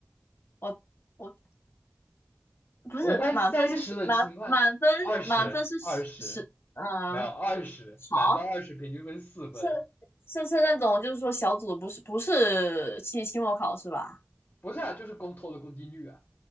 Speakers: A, on the left; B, on the left.
A: 我我不是满分是十满满分满分是十十，
B: 我们班三十的情况，二十，二十，
A: 嗯、
B: 没有二十，满分二十，
A: 好。
B: 平均分四分，
A: 是是是那种，就是说小组的不是不是期期末考是吧？
B: 不是啊，就是公投的公定率啊，